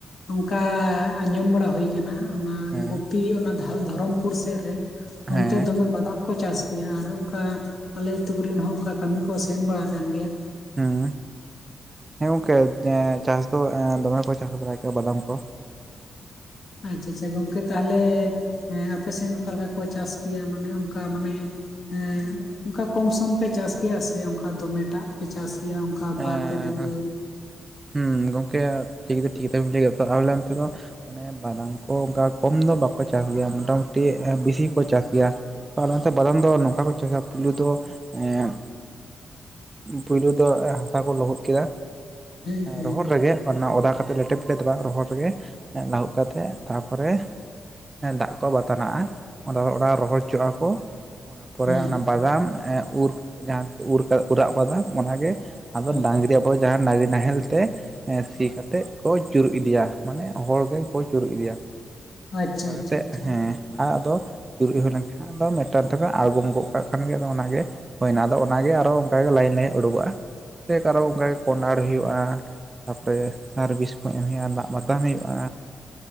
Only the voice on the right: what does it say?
ᱦᱮᱸ
ᱦᱮᱸ
ᱦᱩᱸ ᱦᱮᱸ ᱜᱚᱝᱠᱮ ᱪᱟᱥ ᱫᱚ ᱫᱚᱢᱮ ᱠᱚ ᱪᱟᱥ ᱵᱟᱲᱟᱭ ᱜᱮᱭᱟ ᱵᱟᱫᱟᱢ ᱠᱚ
ᱟᱨ
<inaudible> ᱦᱩᱸ ᱜᱚᱝᱠᱮ ᱴᱷᱤᱠ ᱫᱚ ᱴᱷᱤᱠ ᱜᱮ ᱠᱟᱛᱷᱟ ᱵᱤᱱ ᱞᱟᱹᱭ ᱠᱮᱫᱟ ᱛᱚ ᱟᱞᱮ ᱚᱱᱛᱮ ᱫᱚ ᱟᱱᱮ ᱵᱟᱫᱟᱢ ᱠᱚ ᱚᱱᱠᱟ ᱠᱚᱢ ᱫᱚ ᱵᱟᱠᱚ ᱪᱟᱥ ᱜᱮᱭᱟ ᱢᱚᱴᱟ ᱢᱩᱴᱤ ᱵᱤᱥᱤ ᱠᱚ ᱪᱟᱥ ᱜᱮᱭᱟ ᱛ ᱚᱱᱟᱛᱮ ᱵᱟᱫᱟᱢ ᱫᱚ ᱱᱚᱝᱠᱟ ᱠᱚ ᱪᱟᱥᱟ ᱯᱩᱭᱞᱩ ᱫᱚ ᱮᱸᱜ ᱯᱳᱭᱞᱩ ᱫᱚ ᱦᱟᱥᱟ ᱠᱚ ᱞᱚᱦᱩᱫ ᱠᱮᱫᱟ
ᱨᱚᱦᱚᱲ ᱨᱮᱜᱮ ᱚᱱᱟ ᱚᱫᱟ ᱠᱟᱛᱮᱫ ᱞᱮᱴᱮ ᱯᱮᱴᱮ ᱫᱚ ᱵᱟᱝ ᱨᱚᱦᱚᱲ ᱨᱮᱜᱮ ᱞᱟᱹᱦᱩᱫ ᱠᱟᱛᱮᱜ ᱛᱟᱨ ᱯᱚᱨᱮ ᱫᱟᱜ ᱠᱚ ᱵᱟᱛᱟ ᱱᱟᱜᱼᱟ ᱚᱱᱟ ᱨᱚᱦᱚᱲ ᱦᱚᱪᱚᱣᱟᱜᱼᱟ ᱠᱚ ᱚᱱᱟ ᱯᱚᱨᱮ
ᱚᱱᱟ
ᱵᱟᱫᱟᱢ ᱩᱨ ᱡᱟᱦᱟᱸ ᱩᱨ ᱩᱨᱟᱜ ᱵᱟᱫᱟᱢ ᱚᱱᱟᱜᱮ ᱟᱫᱚ
ᱰᱟᱝᱨᱤᱼᱼ ᱦᱳᱭ ᱡᱟᱦᱟᱱ ᱰᱟᱝᱨᱤ ᱱᱟᱦᱮᱞ ᱛᱮ ᱥᱤ ᱠᱟᱛᱮᱜ ᱠᱚ ᱪᱩᱨᱩᱜ ᱤᱫᱤᱭᱟ ᱢᱟᱱᱮ ᱦᱚᱲ ᱜᱮᱠᱚ ᱪᱩᱨᱩᱜ ᱤᱫᱤᱭᱟ
ᱚᱱᱠᱟ
ᱠᱟᱛᱮᱜ
ᱦᱮᱸ ᱟᱨ ᱟᱫᱚ ᱪᱩᱨᱩᱡ ᱦᱩᱭ ᱞᱮᱱ ᱠᱷᱟᱱ ᱟᱫᱚ ᱢᱤᱫ ᱴᱟᱝ ᱛᱮᱠᱚ ᱟᱬᱜᱚᱢ ᱜᱚᱫ ᱠᱟᱜ ᱠᱷᱟᱱ ᱜᱮ ᱟᱫᱚ ᱚᱱᱟ ᱜᱮ ᱦᱩᱭᱱᱟ ᱟᱫᱚ ᱚᱱᱟ ᱜᱮ ᱟᱨ ᱦᱚ ᱚᱱᱠᱟᱜᱮ ᱞᱟᱭᱤᱱ ᱞᱟᱭᱤᱱ ᱩᱰᱩᱠᱚᱜᱼᱟ
ᱠᱷᱮᱛ ᱟᱨ ᱦᱚ ᱚᱱᱠᱟ ᱜᱮ ᱠᱚᱸᱰᱟᱨ ᱦᱩᱭᱩᱜᱼᱟ ᱛᱟᱨᱯᱚᱨᱮ ᱥᱟᱨᱵᱷᱤᱥ ᱠᱚ ᱮᱢ ᱦᱩᱭᱩᱜᱼᱟ ᱫᱟᱜ ᱵᱟᱛᱟᱱ ᱦᱩᱭᱩᱜᱼᱟ